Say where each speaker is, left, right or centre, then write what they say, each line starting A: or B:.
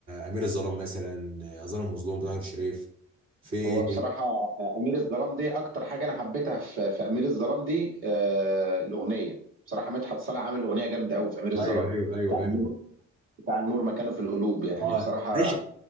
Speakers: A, on the right; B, on the right.
A: امير الظلام مثلا آه، الظالم المظلوم بتاع نور الشريف في
B: هو بصراحه امير الظلام دي اكتر حاجه انا حبيتها في في امير الظلام دي آه الاغنيه بصراحه مدحت صالح عامل اغنيه جامده قوي في امير الظلام
A: ايوه ايوه ايوه
B: بتاع النور
A: ايوه
B: بتاع النور مكانه في القلوب يعني
A: اه
B: بصراحه
A: ماشي